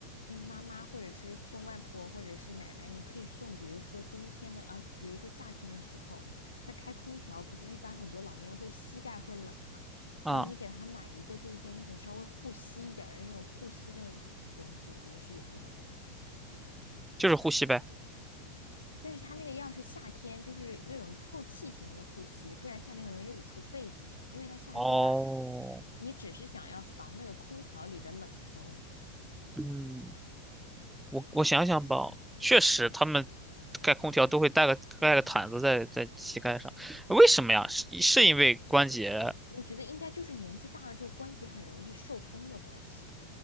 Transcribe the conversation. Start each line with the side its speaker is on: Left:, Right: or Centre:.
Left: 嗯妈妈，或者是送外婆，或者是奶奶。你可以送，比如说冬天的啊，就比如说夏天的时候，他开空调，不是一般很多老年人会膝盖会冷嘛？
Centre: 啊、
Left: 然后你给他买一个，就是说那种稍微护膝一点儿的那种护膝的东西，我觉得是有用的。
Centre: 就是护膝呗。
Left: 但是它那个要是夏天，就是那种透气型的护膝，不然夏天很容易捂出痱子，因为它夏天吧，
Centre: 哦，
Left: 你只是想要防那个空调里的冷风。
Centre: 嗯，我我想想吧，确实他们盖空调都会带个盖个毯子在在膝盖上，为什么呀？是是因为关节
Left: 我觉得应该就是年纪大了之后关节很容易受风的关系，